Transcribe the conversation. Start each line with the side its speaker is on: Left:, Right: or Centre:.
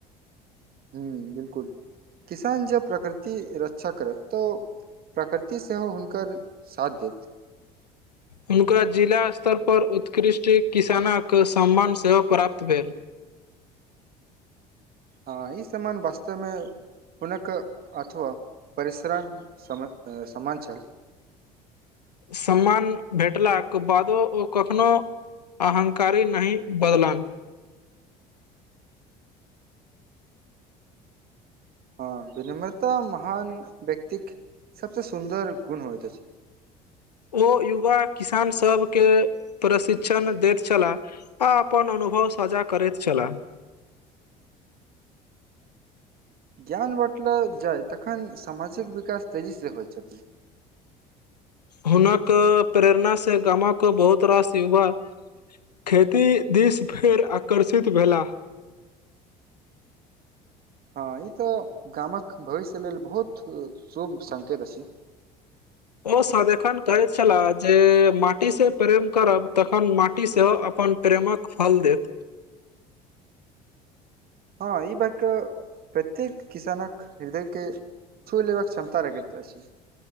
Right: हुँ बिलकुल किसान जब प्रकृति रक्षा करत तो प्रकृति सेहो हुनकर साथ देत <inaudible>
Left: हुनका जिला स्तर परर उत्कृष्ट किसानक सम्मान सेहो प्राप्त भेल।
Right: हँ ई समान वास्तेमे। हुनक अथवा परिश्रम सम सामाञ्चल।
Left: सम्मान भेटलाके बादो ओ कखनो। अहंकारी नहि बदलन।
Right: हँ विनम्रता महान व्यक्तिक सबसे सुन्दर गुण होइत अछि अछि।
Left: ओ युवा किसान सबके प्रशिक्षण दैत छलाह। आ अपन अनुभव साझा करैत छलाह।
Right: ज्ञान बँटल जाइ तखन सामाजिक विकास तेजीसँ होइ छथिन।
Left: हुनक प्रेरणास से गामक। के बहुत रास युवा खेती दिस फेर आकर्षित भेला।
Right: हँ ई तऽ गामक भविष्य लेल बहुत शुभ संकेत अछि।
Left: ओ सदखन कहैत छलाह जे माटी से प्रेम करब तखन माटी सेहो अपन। प्रेमक फल देत।
Right: हँ ई बातके प्रत्येक किसानक हृदयके। छू लेवबाक क्षमता रगत छी।